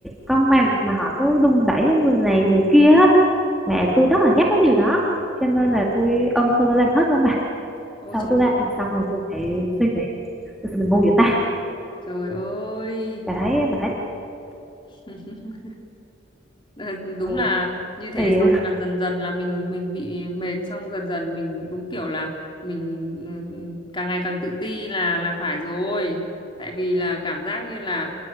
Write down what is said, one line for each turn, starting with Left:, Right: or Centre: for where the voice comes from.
Centre: công bằng mà họ cứ đùn đẩy với người này người kia á mà tôi rất là ghét cái điều đó cho nên là tôi ôm xô tôi làm hết luôn bà
Left: ôi
Centre: sau
Left: trời
Centre: tôi làm
Left: ơi,
Centre: xong rồi tôi lại suy nghĩ tôi sao mình ngu vậy ta
Left: trời ơi
Centre: bà thấy bà thấy
Left: <laughs> Ờ,
Centre: ừ,
Left: đúng là như thế
Centre: thì
Left: xong là dần dần là mình mình bị mệt xong dần dần mình đúng kiểu là mình ừ, ừ, càng ngày càng tự ti là là phải rồi tại vì là cảm giác như là